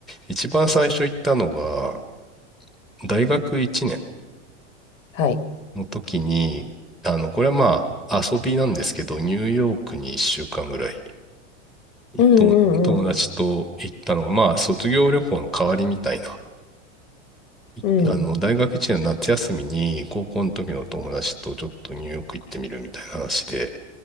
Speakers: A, in the centre; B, on the left.
A: 一番最初行ったのが、大学1年
B: はい。
A: の時に、あの、これはまあ遊びなんですけど、ニューヨークに1週間ぐらい、
B: うんうん
A: と友達と行ったのが、まあ卒業旅行の代わりみたいな。いあの、
B: うん。
A: 大学1年の夏休みに、高校の時の友達とちょっとニューヨーク行ってみるみたいな話で、